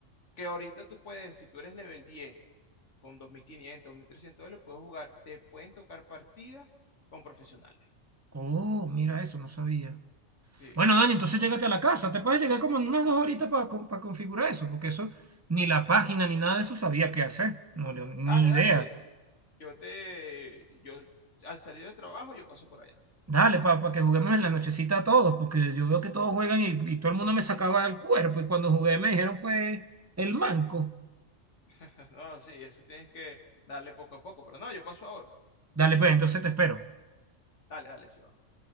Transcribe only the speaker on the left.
que ahorita tú puedes, si tú eres level 10 con 2500, 2300 dólares, puedes jugar, te pueden tocar partidas con profesionales.
Sí.
Ujú.
Dale, dale.
Yo te, yo al salir del trabajo, yo paso por allá.
<laughs> No, sí, eso tienes que darle poco a poco, pero no, yo paso ahora.
Dale, dale, sí va.